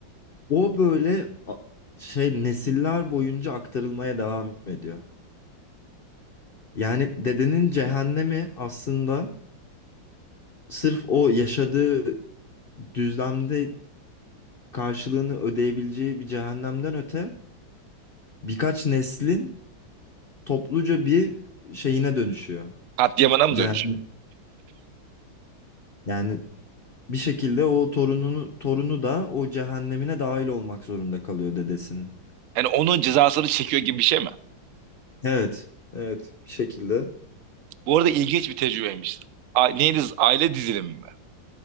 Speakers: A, on the left; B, on the right.
A: O böyle a- şey nesiller boyunca aktarılmaya devam ediyor. Yani dedenin cehennemi aslında sırf o yaşadığı düzlemde karşılığını ödeyebileceği bir cehennemden öte birkaç neslin topluca bir şeyine dönüşüyor.
B: Katliamına mı
A: Cehennem.
B: dönüş?
A: Yani bir şekilde o torununu torunu da o cehennemine dahil olmak zorunda kalıyor dedesinin.
B: Yani onun cezasını çekiyor gibi bir şey mi?
A: Evet, evet bir şekilde.
B: Bu arada ilginç bir tecrübeymiş. A neydi? Aile dizilimi mi?